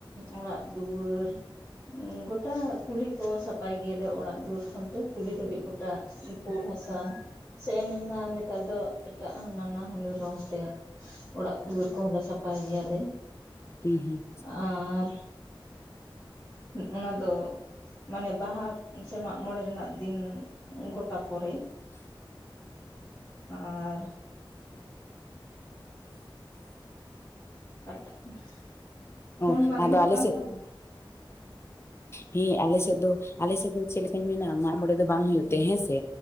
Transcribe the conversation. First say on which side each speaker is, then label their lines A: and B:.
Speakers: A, on the left; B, on the left.
A: ᱚᱲᱟᱜ ᱫᱩᱣᱟᱹᱨ ᱚ ᱜᱚᱴᱟ ᱠᱩᱞᱦᱤ ᱠᱚ ᱥᱟᱯᱟᱭ ᱜᱮᱭᱟᱞᱮ ᱚᱲᱟᱜ ᱫᱩᱣᱟᱹᱨ ᱠᱚ ᱦᱚᱱᱛᱮ ᱠᱩᱞᱦᱤ ᱫᱷᱟᱹᱵᱤᱡ ᱜᱚᱴᱟ ᱯᱩᱲ ᱦᱟᱥᱟ ᱥᱮᱱ ᱮᱱᱟ ᱱᱮᱛᱟᱨ ᱫᱚ ᱮᱴᱟᱜ ᱱᱟᱱᱟᱦᱩᱱᱟᱹᱨ ᱨᱚᱝ ᱛᱮ ᱚᱲᱟᱜ ᱫᱩᱣᱟᱹᱨ ᱠᱚ ᱦᱚᱞᱮ ᱥᱟᱯᱷᱟᱭ ᱜᱮᱭᱟᱞᱮ
B: ᱩ ᱦᱩᱸ
A: ᱟᱨ ᱚ-ᱚᱱᱟ ᱫᱚ ᱢᱟᱱᱮ ᱵᱟᱦᱟ ᱥᱮ ᱢᱟᱜ ᱢᱚᱬᱮ ᱨᱮᱱᱟᱜ ᱫᱤᱱ ᱚ ᱜᱚᱴᱟ ᱯᱚᱨᱮ ᱟᱨ ᱠᱟ ᱴᱟᱜ ᱯᱩᱱ ᱯᱷᱳᱱ
B: ᱚ
A: ᱢᱟ ᱨᱤᱝᱚᱜ
B: ᱟᱫᱚ ᱟᱞᱮ
A: ᱠᱟᱱ
B: ᱥᱮᱫ
A: ᱛᱟᱢ
B: ᱦᱮᱸ ᱟᱞᱮ ᱥᱮᱫ ᱫᱚ ᱟᱞᱮ ᱥᱮᱫ ᱫᱚ ᱪᱮᱫ ᱞᱮᱠᱟᱧ ᱢᱮᱱᱟ ᱢᱟᱜ ᱢᱚᱬᱮ ᱵᱟᱝ ᱦᱩᱭᱩᱜ
A: ᱦᱮᱸ
B: ᱛᱮ ᱦᱮᱸᱥᱮ